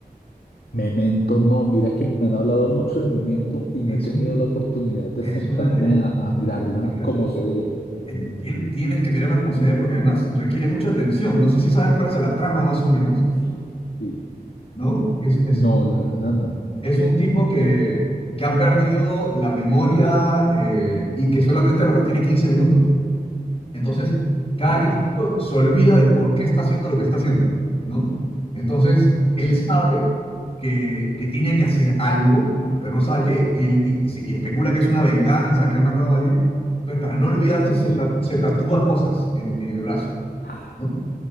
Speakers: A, on the left (about 85°); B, on the left (about 35°).
A: Memento, no, mira que me han hablado mucho de Memento y
B: Es,
A: no he tenido
B: un-
A: la oportunidad de
B: es
A: sentarme
B: una de las,
A: a, a mirarla
B: de las primeras.
A: como se debe.
B: Eh,
A: Mm,
B: tien- tienes que mirarla como se ve porque además requiere mucha atención. No sé si sabes cuál es la trama más o menos,
A: Sí, sí.
B: ¿no? Es, es,
A: No, la verdad no.
B: es un tipo que, que ha perdido la memoria eh, y que solamente la retiene 15 minutos. Entonces, cada
A: Ah,
B: 15 minutos se olvida de por qué está haciendo lo que está haciendo, ¿no? Entonces, él
A: eh,
B: sabe que, que tiene que hacer algo, pero no sabe qué. Y, él, y, y se- y especula que es una venganza, que han matado a alguien. Entonces, para no olvidarse,
A: sí.
B: se, ta- se tatúa cosas en, en el brazo,
A: Ah,
B: ¿no?